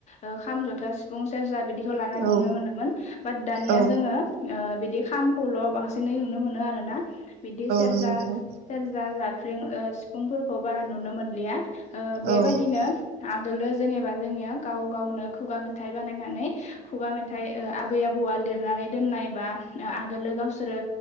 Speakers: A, on the left; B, on the right.
A: ओ खाम जथा सिफुं सेरजा बिदि जलाना
B: औ
A: नुनो मोनदोंमोन बाद दानिया
B: औ
A: जोङो ओ बे दि खामखौल' बांसिनै नुनो मोनो आरो ना बिदि सेरजा
B: नंगौ नोंथां
A: सेरजा जा स्रिं ओ सिफुंफोरखौ बारा नुनो मोनलिया ओ बेबायदिनो
B: औ औ
A: आगोलो जेनेबा जोंनिया गाव गावनो खुगा मेथाइ बानायनानै खुगा मेथाइ ओ आबै आ बौआ लिरनानै दोननाय बा आगोलो गावसोरो